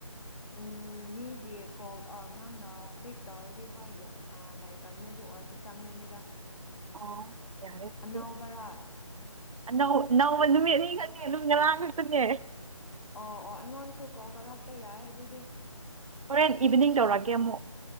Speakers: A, on the left; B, on the right.
A: ꯎꯝ ꯃꯤꯒꯤ ꯀꯣꯜ ꯑ ꯅꯪꯅ ꯄꯤꯛ ꯇꯧꯔꯗꯤ ꯍꯣꯏ ꯌꯥ ꯑ ꯂꯩꯇꯕꯅꯦ ꯑꯗꯨ ꯑꯣꯏꯔꯁꯨ ꯆꯪꯒꯅꯤꯗ
B: ꯑꯣ ꯌꯥꯔꯦ ꯑꯗꯨꯗꯤ
A: ꯑꯅꯥꯎꯕꯔꯥ
B: ꯅꯧ ꯅꯧꯕꯖꯨ ꯃꯦꯠꯅꯤꯡꯒ ꯑꯗꯨꯝ ꯉꯔꯥꯡ ꯈꯛꯇꯅꯦ
A: ꯑꯣ ꯑꯣ ꯑꯩꯉꯣꯟꯁꯨ ꯀꯣꯜ ꯇꯧꯔꯥꯛꯄ ꯌꯥꯏ ꯑꯗꯨꯗꯤ
B: ꯍꯣꯔꯦꯟ ꯏꯚꯤꯅꯤꯡ ꯇꯧꯔꯛꯀꯦ ꯑꯃꯨꯛ